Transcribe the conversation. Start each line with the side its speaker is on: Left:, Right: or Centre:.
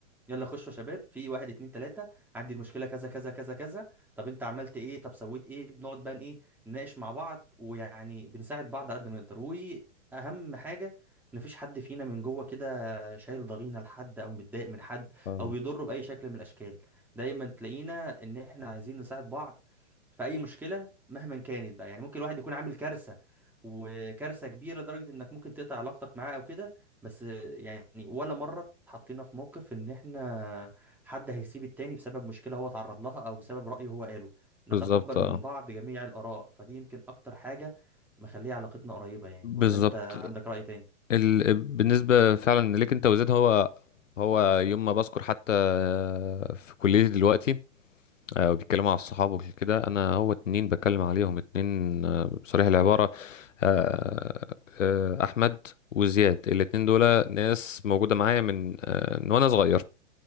Centre: يلا خشوا يا شباب في واحد اتنين تلاتة عندي المشكلة كذا كذا كذا كذا طب انت عملت ايه طب سويت ايه بنقعد بقى ايه نناقش مع بعض ويعني بنساعد بعض على قد ما نقدر واهم حاجة ان مفيش حد فينا من جوه كده شايل ضغينة لحد او متضايق من حد
Left: فاهم.
Centre: او بيضره بأي شكل من الاشكال دايما تلاقينا ان احنا عايزين نساعد بعض في اي مشكلة مهما كانت بقى يعني ممكن الواحد يكون عامل كارثة وكارثة كبيرة لدرجة انك ممكن تقطع علاقتك معاه او كده بس يعني ولا مرة اتحطينا في موقف ان احنا حد هيسيب التاني بسبب مشكلة هو اتعرض لها او بسبب رأي هو قاله نتقبل
Left: بالظبط
Centre: من
Left: اه
Centre: بعض جميع الآراء فدي يمكن اكتر حاجة مخليه علاقتنا قريبة يعني
Left: بالظبط
Centre: ولا انت عندك رأي تاني
Left: ال... بالنسبة فعلا ليك انت وزيد هو هو يوم ما بذكر حتى آه، في كليتي دلوقتي آه، وبيتكلموا على الصحاب وكده انا هو اتنين بتكلم عليهم اتنين آه، بصريح العبارة آه، آه، احمد وزياد الاتنين دول ناس موجودة معايا من آه، من وانا صغير